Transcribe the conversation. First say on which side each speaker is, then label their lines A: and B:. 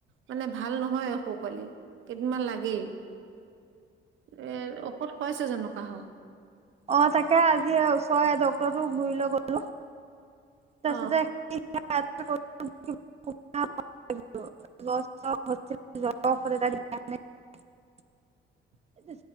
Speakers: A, on the right; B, on the right.
A: মানে ভাল নহয় সৌ পোৱালি কেইদিনমান লাগেই। এৰ ঔষধ খাৱাইছে জনো কাহ?
B: অ তাকে আজি ওচৰৰে ডক্তৰতো গুৰিলে গলো। তাছতে
A: অ
B: কি <unintelligible> ত <unintelligible>
A: <unintelligible>
B: <unintelligible>